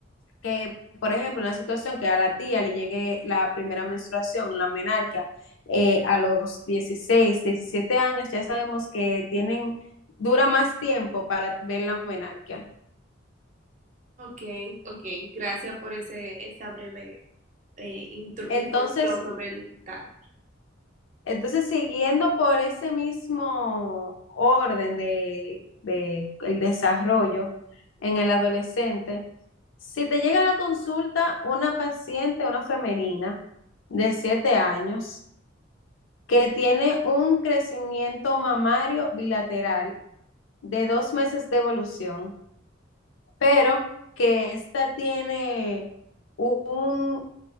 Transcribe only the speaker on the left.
que, por ejemplo, en una situación que a la tía le llegue la primera menstruación, la menarquia, eh, a los 16, 17 años, ya sabemos que tienen, dura más tiempo para ver la menarquia.
Entonces,
Entonces, siguiendo por ese mismo orden de, de el desarrollo en el adolescente, si te llega a la consulta una paciente, una femenina de 7 años, que tiene un crecimiento mamario bilateral de dos meses de evolución, pero que esta tiene un,